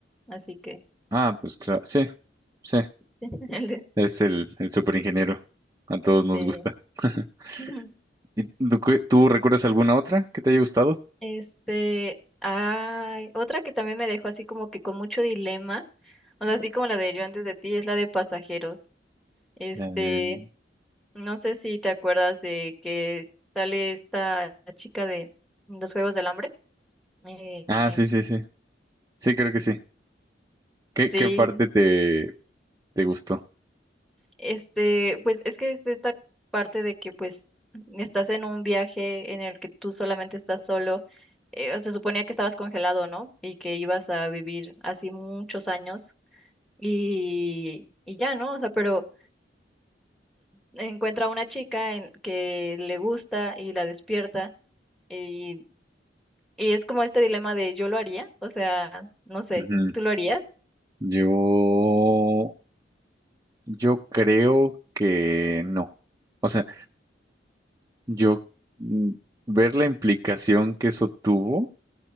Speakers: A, in the centre; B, on the right.
A: así que
B: Ah, pues claro, sí, sí,
A: <laughs> el de
B: es el, el superingeniero. A todos
A: sí.
B: nos gusta. <laughs>
A: Ujú.
B: ¿Y tú, qué- tú recuerdas alguna otra que te haya gustado?
A: Este, ay, otra que también me dejó así como que con mucho dilema, o sea, así como la de Yo antes de ti es la de Pasajeros. Este,
B: La de-
A: no sé si te acuerdas de que sale esta chica de los Juegos del Hambre. Eh,
B: Ah,
A: em,
B: sí, sí, sí. Sí, creo que sí. ¿Qué,
A: sí,
B: qué parte te, te gustó?
A: Este, pues es que es esta parte de que pues estás en un viaje en el que tú solamente estás solo. Eh, se suponía que estabas congelado, ¿no? Y que ibas a vivir así muchos años y, y ya, ¿no? O sea, pero encuentra a una chica en, que le gusta y la despierta y, y es como este dilema de yo lo haría, o sea, no sé,
B: Ujú.
A: ¿tú lo harías?
B: Yo, yo creo que no. O sea, yo mm, ver la implicación que eso tuvo,